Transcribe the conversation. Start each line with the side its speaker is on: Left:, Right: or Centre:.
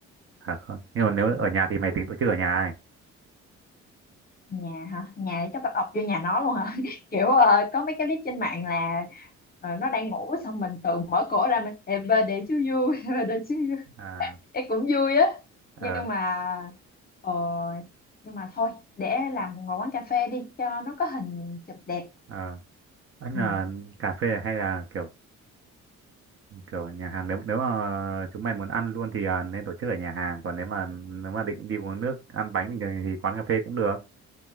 Right: à, không nhưng mà nếu ở nhà thì mày tính tổ chức ở nhà ấy
Left: nhà hả nhà chắc tao ập vô nhà nó luôn hả <laughs> kiểu ờ, có mấy cái clip trên mạng là ờ, nó đang ngủ xong mình tự mở cửa ra mình "Happy birthday to you <laughs> happy birthday to you
Right: à
Left: em cũng vui á
Right: ờ
Left: nhưng mà ờ, nhưng mà thôi để làm ngồi quán cà phê đi cho nó có hình chụp đẹp
Right: ờ ăn
Left: ừ.
Right: là cà phê hay là kiểu kiểu nhà hàng nếu nếu mà chúng mày muốn ăn luôn thì à, nên tổ chức ở nhà hàng còn nếu mà nếu mà định đi uống nước ăn bánh bình thường thì quán cà phê cũng được